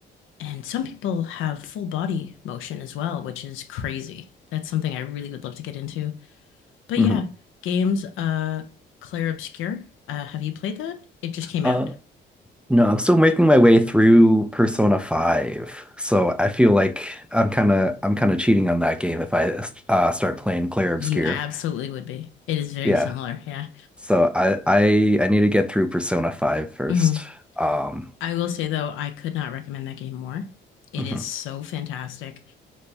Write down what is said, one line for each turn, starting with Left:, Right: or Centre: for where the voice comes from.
Left: And some people have full body motion as well, which is crazy. That's something I really would love to get into. But
Centre: hmm
Left: yeah, games uh Clair Obscur. Uh have you played that? It just came
Centre: Uh
Left: out.
Centre: no, I'm still making my way through Persona 5. So I feel like I'm kind of I'm kind of cheating on that game if I uh, start playing Clair
Left: You
Centre: Obscur.
Left: absolutely would be. It is very
Centre: Yeah.
Left: similar, yeah.
Centre: So I I I need to get through Persona Five first.
Left: Mhm.
Centre: Um
Left: I will say though, I could not recommend that game more. It
Centre: mhm,
Left: is so fantastic.